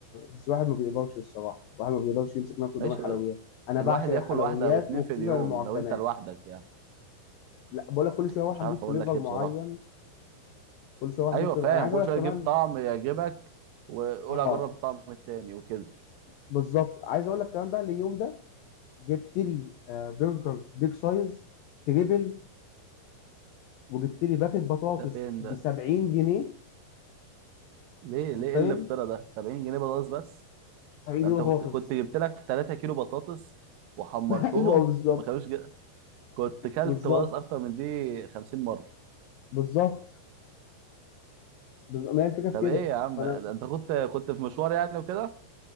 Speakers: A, on the left (about 80°); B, on the right (about 70°).
A: بس الواحد ما بيقدرش الصراحه الواحد ما بيقدرش يمسك نفسه
B: ماشي
A: قدام الحلويات
B: بقى.
A: انا
B: الواحد
A: بعشق
B: ياكل
A: الحلويات
B: واحده او اتنين
A: وخصوصا
B: في اليوم
A: المعجنات
B: لو انت لوحدك يعني
A: لا بقول لك كل شويه اروح
B: مش
A: اجيب
B: عارف اقول
A: فليفر
B: لك ايه
A: معين
B: بصراحه
A: كل شويه اروح
B: ايوه
A: اجيب فليفر
B: فاهم
A: انا عايز
B: كل
A: اقول
B: شويه
A: لك كمان
B: تجيب طعم يعجبك وقول
A: اه
B: اجرب الطعم التاني وكده
A: بالظبط عايز اقول لك كمان بقى اليوم ده جبت لي آه، برجر بيج سايز تريبل وجبت لي باكت بطاطس
B: ده فين
A: ب
B: ده
A: 70 جنيه
B: ليه
A: انت
B: ليه
A: متخيل
B: ايه الافتراء ده 70 جنيه بطاطس بس
A: 70
B: ده
A: جنيه
B: انت
A: بطاطس
B: كنت كنت جبت لك 3 كيلو بطاطس وحمرتهم
A: <laughs> ايوه بالظبط
B: ما كانوش ج... كنت كلت
A: بالظبط
B: بطاطس اكتر من دي 50 مره
A: بالظبط بالظبط ما هي الفكره في
B: طب
A: كده
B: ايه يا عم
A: فانا
B: ده انت كنت كنت في مشوار يعني وكده